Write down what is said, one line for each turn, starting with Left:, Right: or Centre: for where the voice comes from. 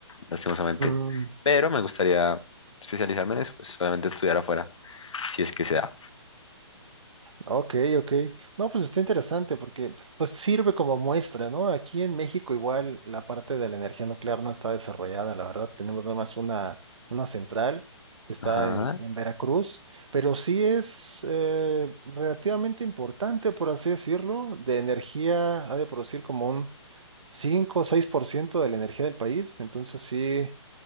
Left: lastimosamente.
Right: Mm.
Left: Pero me gustaría especializarme en eso, pues obviamente estudiar afuera, si es que se da.
Right: Ok, ok. No, pues está interesante porque pues sirve como muestra, ¿no? Aquí en México igual la parte de la energía nuclear no está desarrollada, la verdad. Tenemos nada más una, una central que está
Left: Ajá.
Right: en, en Veracruz, pero sí es eh, relativamente importante, por así decirlo, de energía, ha de producir como un 5 o 6% de la energía del país. Entonces sí,